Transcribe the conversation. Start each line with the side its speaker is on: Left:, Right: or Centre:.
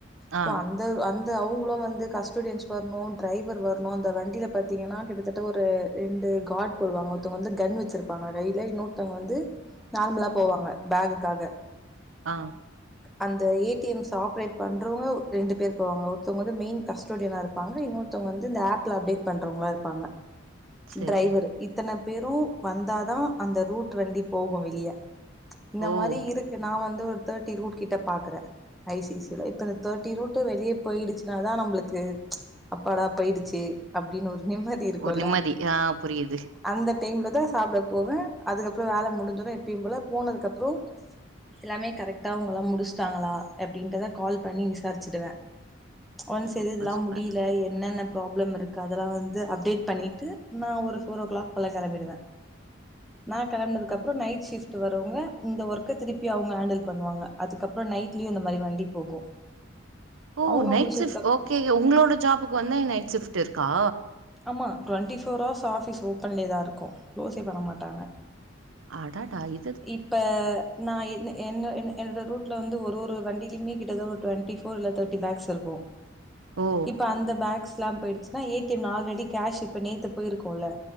Right: ஆ
Centre: சோ அந் அ அந்த அவங்களு வந்து கஸ்டோடியன்ஸ் வரணு டிரைவர் வரணு அந்த வண்டியில பாத்தீங்கன்னா கிட்டத்தட்ட ஒரு ரெண்டு காட் போடுவாங்க ஒருத்தவங்க வந்து கன் வச்சிருப்பாங்க கையில இன்னொத்தவங்க வந்து நார்மலா போவாங்க பேகுக்காக
Right: ஆ
Centre: அந்த ஏ டி எம் ஸ் ஆப்ரேட் பண்றவங்க ரெண்டு பேர் போவாங்க ஒருத்தவங்க வந்து மெயின் கஸ்டோடியனா இருப் பாங்க இன்னொத்தவங்க வந்து இந்த ஆப்ல அப்டேட் பண்றவங்களா இருப்பாங்க
Right: சரிங்க
Centre: டிரைவரு இத்தன பேரு வந்தாதா அந்த ரூட் வண்டி போகு வெளிய இந்த
Right: ஓ
Centre: மாரி இருக்கு நா வந்து ஒரு தேட்டி ரூட் கிட்ட பாக்குறே ஐ சி சி சில இப்ப இந்த தேட்டி ரூட்டு வெளியே போயிடுச்சுன்னாதா நம்மளுக்கு அப்பாடா போயிடுச்சு அப்டின்னு ஒரு நிம்மதி இருக்குல்ல
Right: ஒரு நிம்மதி ஆ புரியுது
Centre: அந்த டைம்ல தா சாப்ட போவே அதுக்கப்றோ வேல முடிஞ்சுரு எப்பயு போல போனதுக்கு அப்றோ எல்லாமே கரெக்டா அவங்களா முடிசிட்டாங்களா அப்டின்றத கால் பண்ணி விசாரிச்சுடுவே ஒன்ஸ்
Right: சூப்பர்
Centre: இது இதெல்லா
Right: சூப்பர்
Centre: முடியல என்னென்ன ப்ராப்ளம் இருக்கு அதெல்லா வந்து அப்டேட் பண்ணிட்டு நா ஒரு ஃபோர் ஓ கிளாக் போல கெளம்பிடுவே நா கெளம்பனதுக்கு
Right: ம்.
Centre: அப்றோ நைட் ஷிப்ட் ட்டு வரவங்க இந்த ஒர்க்க திருப்பி அவங்க ஹேண்டில் பண்ணுவாங்க அதுக்கப்றோ நைட்லயு இந்த மாரி வண்டி போகு
Right: ஓ
Centre: அவங்க
Right: நைட்
Centre: முடிச்சதுக்கு
Right: சிப்ட்
Centre: அப்
Right: ஓகே ஒங்களோட ஜாபுக்கு வந்து நைட் சிப்ட் இருக்கா
Centre: ஆமா டுவெண்ட்டி ஃபோர் ஹவர்ஸ் ஆஃபீஸ் ஓப்பன்லே தா இருக்கு க்ளோஸே பண்ண மாட்டாங்க
Right: அடடா இ
Centre: இப்ப நா என்ன என்ன என்னோட ரூட்ல வந்து ஒரு ஒரு வண்டிலையுமே கிட்டத ஒரு டுவெண்ட்டி ஃபோர் இல்ல தேர்ட்டி பேக்ஸ் இருக்கு
Right: ஓ
Centre: இப்ப அந்த பேக்ஸ்ல்லா போயிடுச்சுன்னா ஏ டி எம்ல ஆல்ரெடி கேஷ் இப்ப நேத்து போயிருக்கும்ல்ல